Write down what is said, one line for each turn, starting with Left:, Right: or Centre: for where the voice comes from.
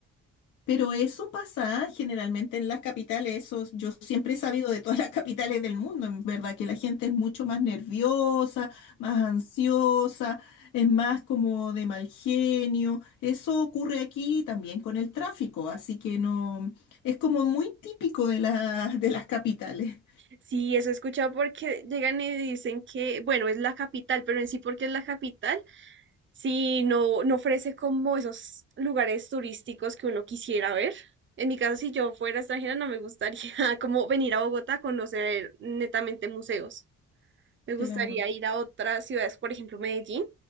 Left: Pero eso pasa generalmente en las capitales, eso yo siempre he sabido de todas las <laughs> capitales del mundo, en verdad, que la gente es mucho más nerviosa, más ansiosa, es más como de mal genio. Eso ocurre aquí también con el tráfico, así que no, es como muy típico de las de las capitales.
Right: Sí, eso he escuchado porque llegan y dicen que, bueno, es la capital, pero en sí porque es la capital, sí no, no ofrece como esos lugares turísticos que uno quisiera ver. En mi caso, si yo fuera extranjera, no me gustaría <laughs> como venir a Bogotá a conocer netamente museos. Me gustaría
Left: Claro.
Right: ir a otras ciudades, por ejemplo, Medellín,